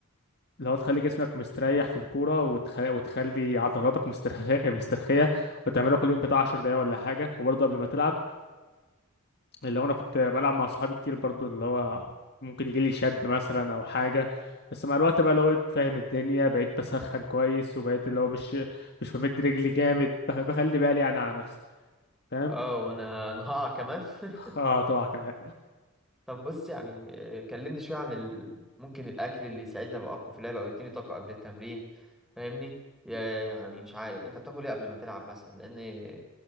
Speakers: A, on the left; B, in the centre.
A: لو تخلي جسمك مستريح في الكورة وتخ... وتخلي عضلاتك مسترخية مسترخية وتعملها كل يوم بتاع 10 دقايق ولا حاجة وبرضه قبل ما تلعب اللي هو أنا كنت بلعب مع صحابي كتير برضه اللي هو ممكن يجيلي شد مثلا أو حاجة بس مع الوقت بقى اللي هو فاهم الدنيا بقيت بسخن كويس وبقيت اللي هو مش مش بمد رجلي جامد بخ- بخلي بالي يعني على نفسي فاهم
B: اه وانا <laughs> انا هقع كمان <laughs>
A: اه تقع كمان
B: طب بص يعني آه، كلمني شوية عن ال... ممكن الأكل اللي يساعدنا أبقى أقوى في اللعبة أو يديني طاقة قبل التمرين فاهمني يا- يعني مش عارف أنت بتاكل إيه قبل ما تلعب مثلا لأن